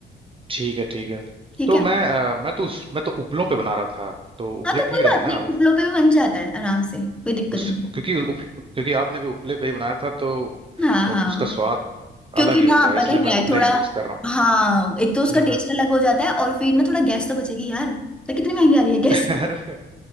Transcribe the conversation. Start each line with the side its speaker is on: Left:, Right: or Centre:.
Right: ठीक है ठीक है
Centre: ठीक
Right: तो
Centre: है
Right: मैं आ, मैं तो उस मैं तो उपलों पे बना रहा था तो
Centre: हाँ
Right: उपले
Centre: तो कोई
Right: ठीक
Centre: बात
Right: रहेंगे
Centre: नहीं
Right: ना
Centre: उपलो
Right: उस
Centre: पे भी बन जाता है आराम से कोई दिक्कत
Right: उस-
Centre: नहीं
Right: क्योंकि उप, क्योंकि आपने भी उपले पे ही बनाया था तो
Centre: हाँ
Right: वो-
Centre: हाँ
Right: उसका स्वाद
Centre: क्योंकि
Right: अलग ही होता
Centre: ना
Right: है
Centre: पता
Right: इसलिए
Centre: है क्या
Right: मैं
Centre: है
Right: उपले
Centre: थोड़ा
Right: ही कोशिश कर रहा हूँ
Centre: हाँ एक तो उसका
Right: हम्म,
Centre: टेस्ट
Right: हम्म।
Centre: अलग हो जाता है और फिर ना थोड़ा गैस तो बचेगी यार तो कितनी महंगी आ रही है गैस
Right: <laughs> अरे